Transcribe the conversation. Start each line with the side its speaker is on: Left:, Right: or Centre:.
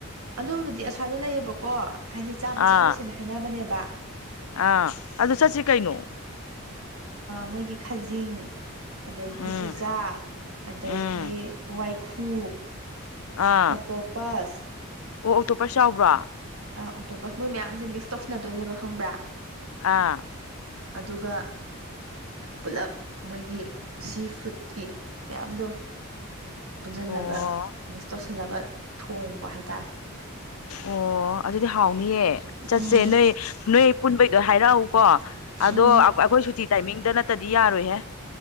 Right: ꯑꯗꯨꯕꯨꯗꯤ ꯑꯁꯃꯥꯏꯅ ꯂꯩꯌꯦꯕꯀꯣ ꯍꯥꯏꯗꯤ ꯆꯥꯕ
Left: ꯑꯥ
Right: ꯆꯠꯂꯨꯁꯦꯅ ꯍꯥꯏꯅꯕꯅꯦꯕ
Left: ꯑꯥ ꯑꯗꯨ ꯆꯠꯁꯤ ꯀꯩꯩꯅꯣ
Right: ꯃꯣꯏꯒꯤ ꯈꯖꯤꯡ ꯑꯗꯒꯤ
Left: ꯎꯝ
Right: ꯆꯨꯖꯥꯛ ꯑꯗꯒꯤ
Left: ꯎꯝ
Right: ꯋꯥꯏꯈꯨ
Left: ꯑꯥ
Right: ꯑꯣꯇꯣꯄꯥꯁ
Left: ꯑꯣ ꯑꯣꯇꯣꯞꯄ ꯆꯥꯎꯕ꯭ꯔꯥ
Right: ꯑꯥ ꯑꯣꯇꯣꯝꯄꯁ ꯃꯣꯏ ꯃꯌꯥꯝꯁꯦ ꯃꯤꯛꯁ ꯇꯧꯁꯟꯅꯗꯣꯏꯅꯦꯕ ꯈꯪꯕ꯭ꯔꯥ
Left: ꯑꯥ
Right: ꯑꯗꯨꯒ ꯄꯨꯂꯞ ꯃꯣꯏꯒꯤ ꯁꯤ ꯐꯨꯗꯀꯤ ꯃꯌꯥꯝꯗꯣ ꯄꯨꯟꯁꯤꯜꯂꯒ
Left: ꯑꯣ
Right: ꯃꯤꯛꯁ ꯇꯧꯁꯤꯜꯂꯒ ꯊꯣꯡꯕ ꯍꯥꯏꯇꯥꯔꯦ
Left: ꯑꯣ ꯑꯗꯨꯗꯤ ꯍꯥꯎꯅꯤꯌꯦ ꯆꯠꯁꯦ
Right: ꯎꯝ
Left: ꯅꯣꯏ ꯅꯣꯏ ꯄꯨꯟꯕꯩꯗꯣ ꯍꯥꯏꯔꯛꯎ ꯀꯣ ꯑꯗꯣ
Right: ꯎꯝ
Left: ꯑꯩꯈꯣꯏ ꯁꯨꯇꯤ ꯇꯥꯏꯃꯤꯡꯗ ꯅꯠꯇꯗꯤ ꯌꯥꯔꯣꯏꯍꯦ